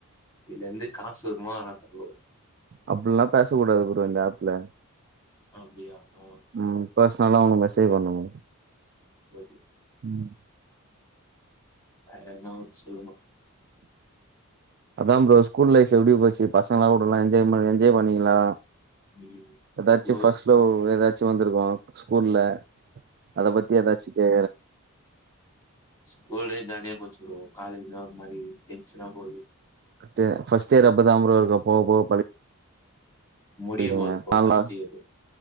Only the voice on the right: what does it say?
அப்பில்லா பேச கூடாது ப்ரோ இந்த ஆப்ல
ம் பர்சனலா அவுங்க மெசேஜ் பண்வாங்க
ம்
அதா ப்ரோ ஸ்கூல் லைஃப் எப்டி போச்சி பசங்ளா கூடல்லா என்ஜாய் மே என்ஜாய் பண்ணீங்ளா
எதாச்சு
ஃபர்ஸ்ட் லவ் எதாச்சு வந்திருக்கு ஸ்கூல்ல அத பத்தி எதாச்சி கே
கட்டு ஃபர்ஸ்ட் இயர் அப்பதாம் ப்ரோ இருக்கு போக போக பழ
இல்லிங்க
ஆல்லா